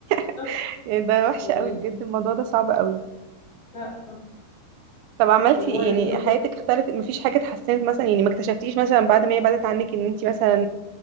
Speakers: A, on the right; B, on the left.
A: <laughs>
B: لا،
A: يعني ده وحشه
B: يعني
A: قوي بجد الموضوع ده صعب قوي
B: لا
A: طب عملتي
B: اللي هو
A: إيه؟
B: يعني
A: يعني حياتك اختلفت مفيش حاجة اتحسنت مثلا يعني ما اكتشفتيش مثلا بعد ما هي بعدت عنك ان انت مثلا